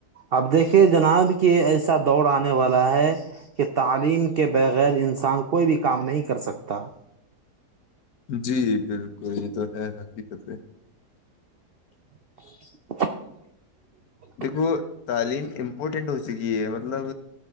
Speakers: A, on the right (about 65°); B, on the left (about 65°).
A: اب دیکھیے جناب کہ ایسا دور آنے والا ہے کہ تعلیم کے بغیر انسان کوئی بھی کام نہیں کر سکتا
B: جی بالکل یہ تو ہے حقیقتیں
A: <unintelligible>
B: دیکھو تعلیم امپورٹینٹ ہو چکی ہے مطلب